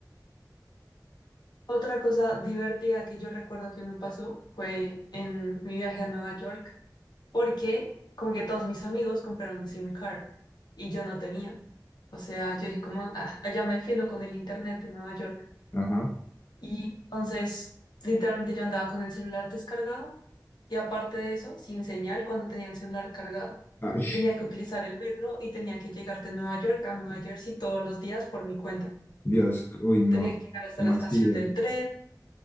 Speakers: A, on the left (about 70°); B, on the left (about 30°).
A: Otra cosa divertida que yo recuerdo que me pasó fue en mi viaje a Nueva York, porque como que todos mis amigos compraron un SIM card y yo no tenía. O sea, yo dije como, "Ah, allá me defiendo con el internet de Nueva York.
B: Ajá.
A: Y entonces, literalmente yo andaba con el celular descargado y aparte de eso, sin señal cuando tenía el celular cargado.
B: Ay,
A: Y tenía que utilizar el metro y tenía que llegar de Nueva York a Nueva Jersey todos los días por mi cuenta.
B: Dios, uy, no,
A: Tenía que llegar hasta
B: ¿cómo
A: la estación
B: así? Dios?
A: del tren.